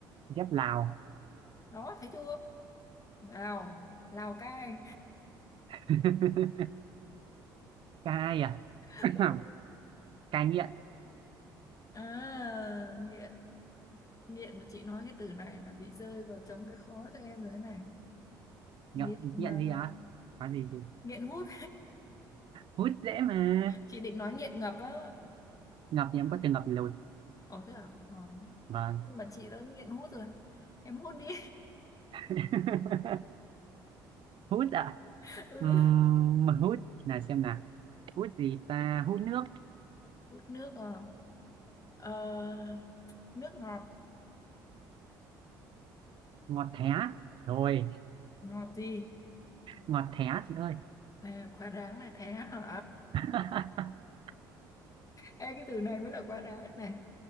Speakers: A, on the right; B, on the left.
A: dép Lào
B: đó thấy chưa Lào Lào Cai
A: <laughs> cai à <clears throat>
B: <laughs>
A: <coughs> cai nghiện
B: à, nghĩa nghiện mà chị nói cái từ này là bị rơi vào trong cái khó cho em rồi đấy này
A: nghiện
B: nghiện là
A: nghiện gì á có gì gì
B: nghiện hút
A: hút dễ mà
B: chị định nói nghiện ngập á
A: ngập thì em có từng ngập lụt
B: ờ thế à ờ.
A: vâng
B: nhưng mà chị đã nghiện hút rồi em hút đi
A: <laughs> hút ạ
B: <laughs> ừ.
A: Ừm, mà hút là xem nào hút gì ta hút nước
B: hút nước à ờ, nước ngọt
A: ngọt thé rồi
B: ngọt gì
A: ngọt thé chị ơi
B: nè quá đáng này thế hả
A: <laughs>
B: Ê, cái từ này mới là quá đáng đấy này